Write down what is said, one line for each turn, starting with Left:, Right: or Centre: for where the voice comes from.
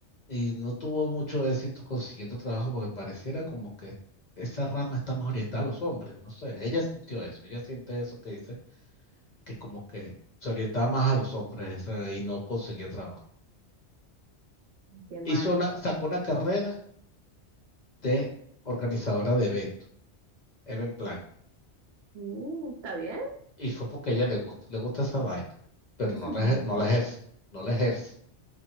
Left: y no tuvo mucho éxito consiguiendo trabajo porque pareciera como que esa rama está más orientada a los hombres, no sé, ella sintió eso, ella siente eso que dice que como que se orientaba más a los hombres eh, y no conseguía trabajo.
Right: qué mal.
Left: Hizo una, sacó una carrera de organizadora de eventos, event plan,
Right: Mm, ¿está bien?
Left: y fue porque a ella le gusta, le gusta esa vaina, pero
Right: <laughs>
Left: no la, ejer- no la ejerce, no la ejerce.